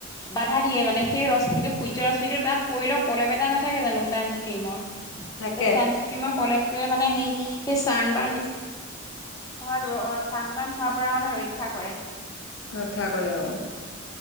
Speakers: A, on the left (about 15°); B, on the left (about 65°).
A: বাধা দিয়ে মানে সেই ৰশ্মিটো সূৰ্য ৰশ্মিটো তাত পৰিলেও পলেপ এটা নাথাকে জানো চানস্ক্ৰীমৰ
B: থাকে
A: সেই চানস্ক্ৰীমৰ পলেপ তোয়ে মানে সেই সেই চান বান অ চাত বান হোৱাৰ পৰা মানে ৰক্ষা কৰে
B: ৰক্ষা কৰে অ